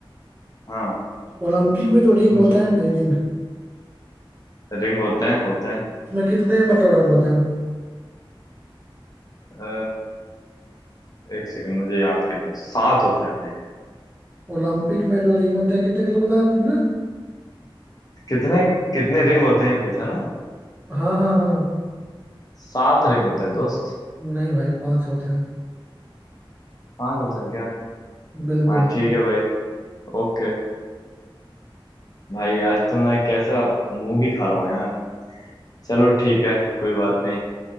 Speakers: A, on the left; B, on the right.
A: हाँ
B: ओलंपिक में जो रिंग
A: पूछो
B: होता है ना रिंग
A: रिंग होते हैं होते हैं
B: उसमें कितने मतलब रंग होते हैं
A: अ, एक सेकंड मुझे याद करना सात होते हैं भाई
B: ओलंपिक में जो रिंग होते हैं कितने कलर बताया आपने
A: कितने कितने रिंग होते हैं ये पूछा ना
B: हाँ हाँ हाँ
A: सात रिंग होते हैं दोस्त
B: नहीं भाई पांच होते हैं
A: पांच होते हैं क्या
B: बिल्कुल
A: हाँ ठीक है भाई ओके भाई आज तो मैं कैसा मुंह की खा रहा हूँ यार चलो ठीक है कोई बात नहीं